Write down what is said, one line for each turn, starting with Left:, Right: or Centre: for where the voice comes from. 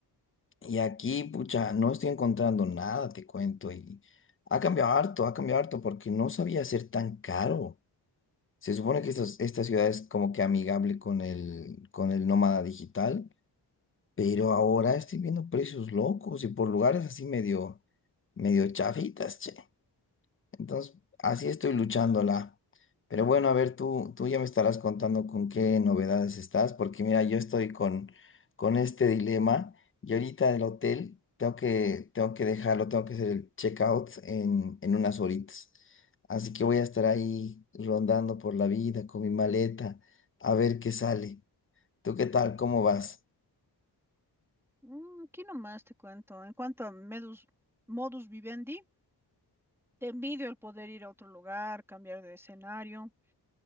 Left: Y aquí, pucha, no estoy encontrando nada, te cuento. Y ha cambiado harto, ha cambiado harto porque no sabía ser tan caro. Se supone que estos- esta ciudad es como que amigable con el, con el nómada digital, pero ahora estoy viendo precios locos y por lugares así medio, medio chafitas, che. Entonces, así estoy luchándola. Pero bueno, a ver, tú, tú ya me estarás contando con qué novedades estás, porque mira, yo estoy con, con este dilema y ahorita en el hotel tengo que, tengo que dejarlo, tengo que hacer el checkout en, en unas horitas. Así que voy a estar ahí rondando por la vida con mi maleta, a ver qué sale. ¿Tú qué tal? ¿Cómo vas?
Centre: Mm, aquí nomás te cuento. En cuanto a medus- modus vivendi, te envidio el poder ir a otro lugar, cambiar de escenario.